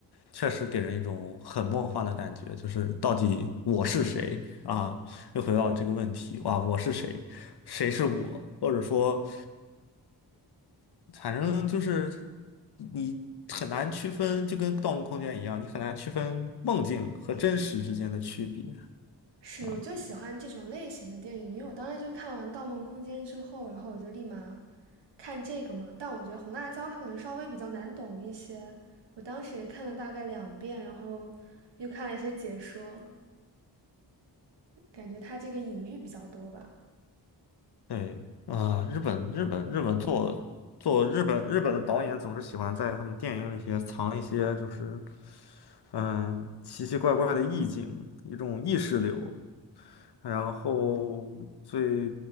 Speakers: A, on the left; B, on the right.
A: 确实给人一种很梦幻的感觉，就是到底我是谁啊？又回到这个问题，哇，我是谁？谁是我？或者说。反正就是你很难区分，就跟《盗梦空间》一样，你很难区分梦境和真实之间的区别
B: 是，
A: 啊。
B: 我就喜欢这种类型的电影，因为我当时就看完《盗梦空间》之后，然后我就立马看这个嘛。但我觉得《红辣椒》它可能稍微比较难懂一些，我当时也看了大概两遍，然后又看了一些解说，感觉它这个隐喻比较多吧。
A: 对啊，日本日本日本做做日本日本的导演总是喜欢在他们电影里些藏一些就是嗯奇奇怪怪的意境，一种意识流然后最，